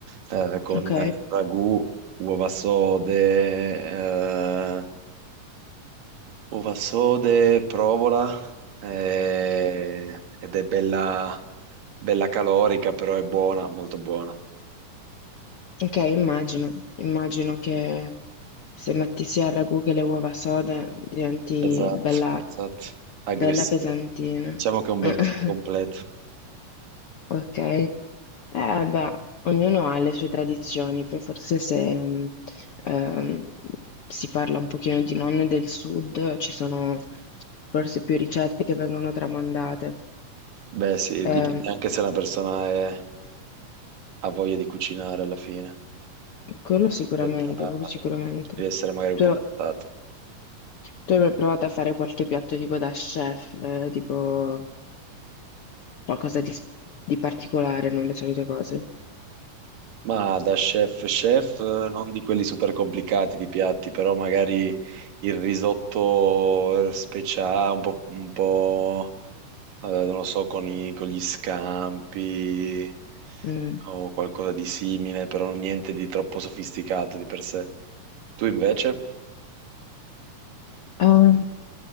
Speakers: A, on the right; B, on the left.
A: eh, con
B: ok,
A: ragù, uova sode, eh, uova sode, provola, eh, ed è bella, bella calorica, però è buona, molto buona.
B: ok, immagino, immagino che se metti sia il ragù che le uova sode diventi
A: Esatto,
B: bella,
A: esatto, aggressiva.
B: bella pesantina.
A: Diciamo che è un bel
B: <laughs>
A: piatto completo.
B: Ok, eh, beh, ognuno ha le sue tradizioni, poi forse se mm, ehm, si parla un pochino di nonne del sud, ci sono forse più ricette che vengono tramandate.
A: Beh, sì, dipende
B: Ehm,
A: anche se una persona è- ha voglia di cucinare alla fine,
B: quello sicuramente,
A: è brava,
B: quello sicuramente.
A: deve essere magari
B: Tu,
A: un po' portata.
B: tu hai mai provato a fare qualche piatto tipo da chef, eh, tipo qualcosa di, s- di particolare, non le solite cose?
A: Ma da chef chef, eh, non di quelli super complicati di piatti, però magari il risotto eh, speciale, un po', un po', eh, non lo so, con i- con gli scampi
B: Mm.
A: o qualcosa di simile, però niente di troppo sofisticato di per sé. Tu invece,
B: Ah,